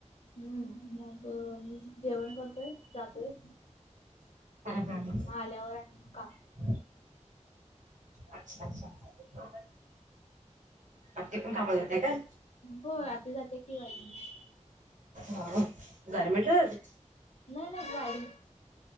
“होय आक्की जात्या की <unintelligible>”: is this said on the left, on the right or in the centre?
Left